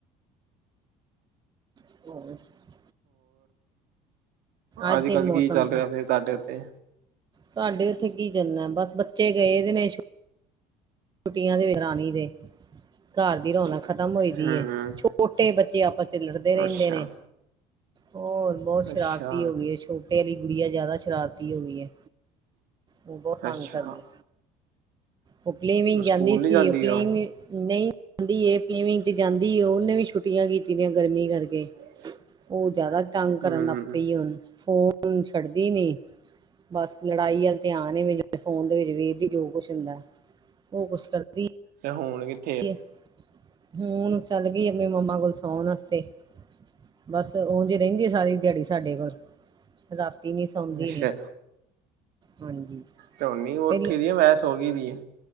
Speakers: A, on the right; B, on the right.
A: <inaudible> ਅੱਜ
B: ਅੱਜ-ਕੱਲ੍ਹ
A: ਦੇ ਮੌਸਮ
B: ਕੀ ਚੱਲ ਰਿਆ ਫੇਰ ਤੁਹਾਡੇ ਉੱਥੇ?
A: ਸਾਡੇ ਉੱਥੇ ਕੀ ਚੱਲਨੈ ਬਸ ਬੱਚੇ ਗਏ ਦੇ ਨੇ ਛੁ ਟੀਆਂ <unintelligible> ਦੇ ਘਰ ਦੀ ਰੌਨਕ ਖਤਮ ਹੋਈ ਦੀ
B: ਹੂੰ।
A: ਏ, ਛੋਟੇ ਬੱਚੇ ਆਪਸ ਚ ਲੜਦੇ ਰੈਂਦੇ
B: ਅੱਛਾ,
A: ਨੇ ਹੋਰ ਬੋ
B: ਅੱਛਾ,
A: ਸ਼ਰਾਰਤੀ ਹੋ ਗਈ ਏ, ਛੋਟੇ ਆਲੀ ਗੁੜੀਆ ਜਾਦਾ ਸ਼ਰਾਰਤੀ ਹੋਗੀ ਐ। ਓ ਬੋਤ ਤੰਗ
B: ਅੱਛਾ
A: ਕਰਦੇ ਓ ਫਲੀਵੀਂਗ
B: ਸਕੂਲ
A: ਕੈਂਦੀ ਸੀ,
B: ਨੀ ਜਾਂਦੀ
A: ਓ ਫਲੀਂਗ
B: ਉਹ
A: ਨਈ <inaudible> ਜਾਂਦੀ ਏ, ਫੀਵੀਂਗ ਚ ਜਾਂਦੀ ਏ ਓ ਓਨੇ ਵੀ ਛੁੱਟੀਆਂ ਕੀਤੀ ਦੀਆਂ ਗਰਮੀ ਕਰਕੇ।
B: <inaudible>
A: ਓ ਜਾਦਾ ਤੰਗ ਕਰਨ
B: ਹੂੰ
A: ਲੱਗ ਪਈ ਏ ਹੁਨ ਫੋਨ ਛੱਡਦੀ ਨੀ ਬਸ ਲੜਾਈ ਅੱਲ ਧਿਆਨ ਏ <unintelligible> ਫੋਨ ਦੇ ਵਿੱਚ ਵੇਖਦੀ ਜੋ ਕੁਛ ਹੁੰਦੈ। ਓ ਕੁਛ ਕਰਦੀ
B: ਤੇ ਹੁਣ ਕੀ
A: <unintelligible> ਹੂਨ ਚੱਲਗੀ ਆਪਨੀ ਮੰਮਾ ਕੋਲ ਸੌਨ ਆਸਤੇ। ਬਸ ਓਂਜ ਰੈਂਦੀ ਏ ਸਾਰੀ ਦਿਹਾੜੀ ਸਾਡੇ ਕੋਲ ਰਾਤੀ ਨੀ ਸੌਂਦੀ
B: ਅੱਛਾ
A: ਨੀ। ਹਾਂਜੀ
B: ਤੇ ਹੁਣ ਨੀ ਉੱਠੀ
A: ਪੈਲ
B: ਦੀ ਆ, ਮੈਂ ਸੋ ਗਈ ਦੀ ਆ।